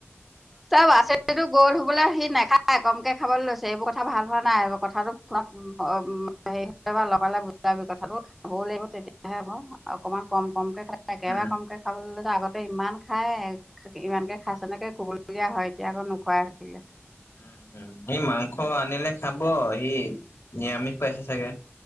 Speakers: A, in the centre; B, on the left.
A: চব আছেটো গল বোলে সি নাখায় কমকে খাবলে লৈছে এইবোৰ কথা ভাল হোৱা নাই কথাটো ফোনত হে য়া লগালে বুজাবি কথাটো খাবও লাগিব তেতিয়াহে হ অকণমান কম কমকে খাল একেবাৰে
B: উম
A: কমকে খাবলৈ লৈছো আগতে ইমান খাই ইমানকে খাইছে নেকে খুবলৈ কবলগীয়া হয় এতিয়া আকৌ নোখোৱাই হৈ থাকিলে।
B: উ সি মাংস আনিলে খাব সি নিৰামিষ পাইছে চাগে।